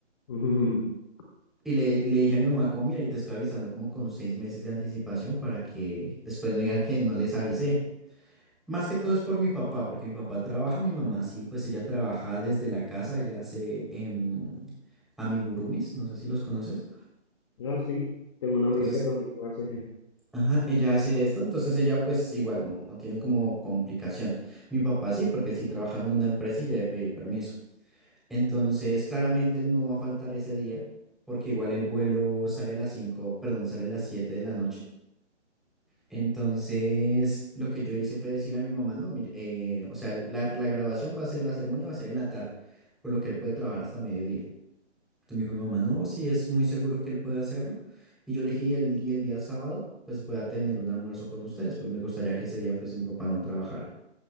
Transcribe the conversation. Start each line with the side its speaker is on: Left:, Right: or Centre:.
Left: <laughs>
Centre: Y le, le dije a mi mamá como, mira, y te estoy avisando como con seis meses de anticipación para que después no digan que no les avisé. Más que todo es por mi papá, porque mi papá trabaja, mi mamá sí, pues ella trabaja desde la casa, ella hace em, amigurumis, no sé si los conoces.
Left: No, sí. Tengo una amiga
Centre: Entonces,
Left: que también lo hace.
Centre: ajá, ella hace esto, entonces ella pues igual no, no tiene como complicación. Mi papá sí, porque él sí trabaja en una empresa y debe pedir permiso. Entonces, claramente él no va a faltar ese día, porque igual el vuelo sale a las 5, perdón, sale a las 7 de la noche. Entonces, lo que yo hice fue decirle a mi mamá, no, mire, eh, o sea, la, la grabación va a ser, la ceremonia va a ser en la tarde, por lo que él puede trabajar hasta mediodía. Entonces me dijo mi mamá, no, sí, es muy seguro que él puede hacerlo. Y yo le dije, y el, y el día sábado, pues voy a tener un almuerzo con ustedes, pues me gustaría que ese día, pues mi papá no trabajara.